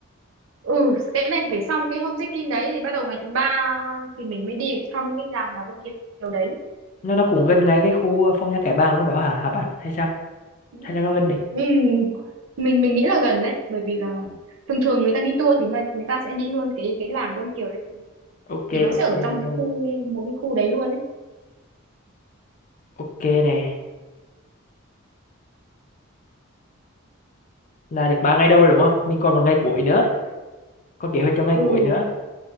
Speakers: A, on the right; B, on the left.
A: ừ cái này thì phải xong cái home trekking đấy thì bắt đầu ngày thứ ba thì mình mới đi thăm cái làng nhà Vân Kiều đấy
B: Nó nó cũng gần ngay cái khu Phong Nha Kẻ Bàng luôn đó hả hả bạn? Hay sao?
A: Ừ.
B: Hay là nó gần đi?
A: Ừ, mình mình nghĩ là gần đấy bởi vì là thường thường người ta đi tour thì người, người ta sẽ đi luôn cái cái làng Vân Kiều đấy thì,
B: Ok
A: thì nó sẽ
B: ok
A: ở trong cái
B: luôn.
A: khu một cái khu đấy luôn đấy
B: Ok nè. Là được ba ngày đâu rồi đúng không? Mình còn một ngày cuối nữa. Còn kế hoạch cho ngày
A: ừ
B: cuối nữa.